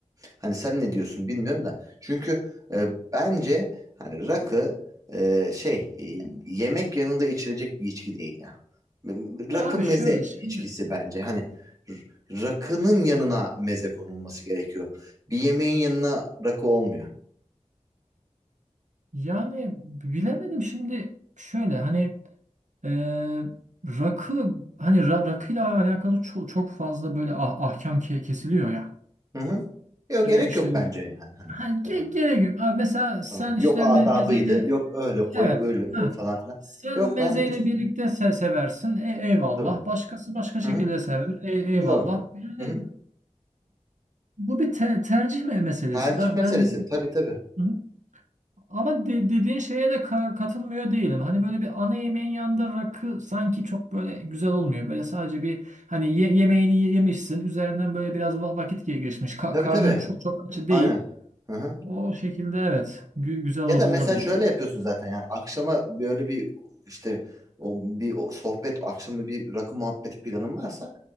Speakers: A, on the right; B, on the right.
A: Hani sen ne diyorsun bilmiyorum da. Çünkü e, bence hani rakı e, şey e, yemek yanında içilecek bir içki değil ya.
B: Ya
A: Rakı
B: abi
A: meze
B: şöyle şimdi
A: içkisi bence. Hani r- rakının yanına meze konulması gerekiyor. Bir yemeğin yanına rakı olmuyor.
B: yani bilemedim şimdi şöyle hani e, rakı hani ra- rakıyla alakalı çok, çok fazla böyle ah- ahkam ke- kesiliyor ya.
A: Hı hı. Yok
B: E,
A: gerek
B: işte
A: yok bence yani hani
B: ha, ge-
A: ona.
B: gerek yok. Abi mesela sen
A: Tamam. Yok
B: işte
A: adabıydı.
B: me mezeyle
A: Yok öyle koy
B: Evet.
A: böyle
B: Ha.
A: koy falan filan.
B: Sen
A: Yok
B: mezeyle
A: lan işte.
B: birlikte se- seversin. E- eyvallah.
A: Tabii.
B: Başkası başka şekilde
A: Hı hı.
B: sever. E- eyvallah.
A: Yok.
B: Yani
A: Hı hı.
B: bu bir te- tercih me- meselesi.
A: Tercih
B: Ben
A: meselesi.
B: ben
A: Tabii tabii.
B: Hı hı. ama de- dediğin şeye de ka- katılmıyor değilim. Hani böyle bir ana yemeğin yanında rakı sanki çok böyle güzel olmuyor. Böyle sadece bir hani ye- yemeğini ye- yemişsin. Üzerinden böyle biraz va- vakit ge- geçmiş. Ka-
A: Tabii
B: karnın
A: tabii.
B: çok çok aç değil.
A: Aynen. Hı hı.
B: O şekilde evet. Gü- güzel
A: Ya
B: ol-
A: da mesela
B: olabilir.
A: şöyle yapıyorsun zaten yani akşama böyle bir işte o bir o sohbet akşama bir rakı muhabbeti planın varsa